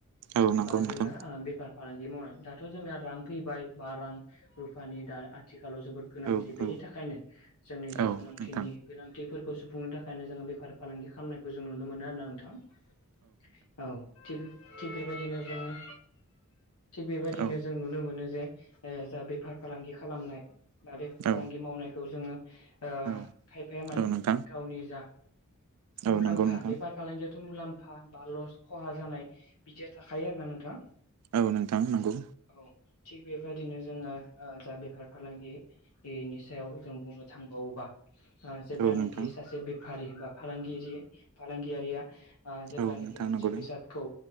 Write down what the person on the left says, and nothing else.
बा जोङो
बेफार फालांगि मावनाय दाथ' जोंना रां फैबाय बा रां रुफानि दा आथिखाल- आथिखालाव जोबोद गोनांथि
बेनि थाखायनो जोंनि जा
गोनांथिनि
गोनांथिफोरखौ खौ सुफुंनो थाखायनो जोङो बेफार फालांगि खालामनायखौ जों नुनो मोनो आरोना नोंथां। औ थिग थिग बेबायदिनो जोङो। थिग बेबायदिनो
जों नुनो मोनो जे ओ जा बेफार फालांगि खालामनाय दा बे
फालांगि मावनायखौ जोङो ओ
खायफाया माने
गावनि जा
मुलाम्फा
बेफार फालांगियाव थ' मुलाम्फा बा लस खहा जानाय बिदिया थाखायो आरोना नोंथां।
औ थिग बेबायदिनो जोङो ओ जा बेफार फालांगिनि सायाव जों बुंनो थांबावोबा ओ जेब्लानोखि
सासे बेफारि बा फालांगिरि फालांगियारिया ओ जेब्लानोखि
मोनसे
बेसादखौ